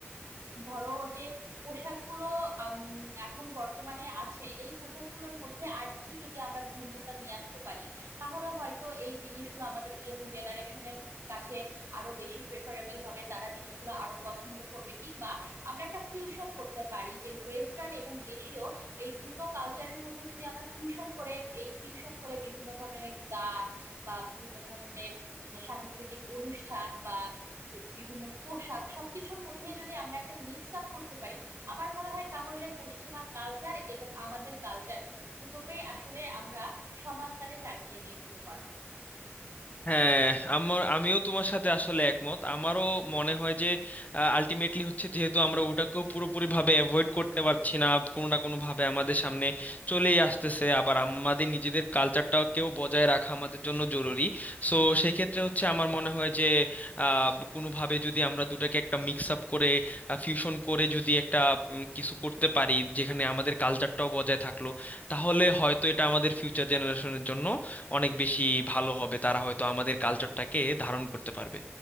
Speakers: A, on the right; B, on the left.
A: ধরো যে পোশাকগুলো আম, এখন বর্তমানে আছে এই পোশাকগুলোর মধ্যে আরেকটু যদি আমরা ভিন্নতা নিয়ে আসতে পারি তাহলে হয়তো এই জিনিসগুলো আমাদের ইয়ং জেনারেশনের কাছে আরো বেশি প্রেফারেবল হবে তারা জিনিসগুলো আরো পছন্দ করবে কিংবা আমরা একটা ফিউশন করতে পারি যে ওয়েস্টার্ন এবং দেশীয় এই দুটো কালচারের মধ্যে যদি আমরা ফিউশন করে এই ফিউশন করে বিভিন্ন ধরনের গান বা বিভিন্ন ধরনের উম, সাংস্কৃতিক অনুষ্ঠান বা বিভিন্ন পোশাক সবকিছুর মধ্যে যদি আমরা একটা মিক্স আপ করতে পারি আমার মনে হয় তাহলে পশ্চিমা কালচার এবং আমাদের কালচার দুটোকেই আসলে আমরা সমান তালে চালিয়ে নিয়ে যেতে পারবো
B: হ্যাঁ আমার আমিও তোমার সাথে আসলে একমত আমারও মনে হয় যে আলটিমেটলি হচ্ছে যেহেতু আমরা ওটাকেও পুরোপুরি ভাবে অ্যাভয়েড করতে পারছি না কোনো না কোনো ভাবে আমাদের সামনে চলেই আসতেছে আবার আমাদের নিজেদের কালচারটাকেও বজায় রাখা আমাদের জন্য জরুরি সো সেক্ষেত্রে হচ্ছে আমার মনে হয় যে আহ, কোনোভাবে যদি আমরা দুটাকে একটা মিক্স আপ করে ফিউশন করে যদি একটা উম, কিছু করতে পারি যেখানে আমাদের কালচারটাও বজায় থাকলো তাহলে হয়তো এটা আমাদের ফিউচার জেনারেশনের জন্য অনেক বেশি ভালো হবে তারা হয়তো আমাদের কালচারটাকে ধারণ করতে পারবে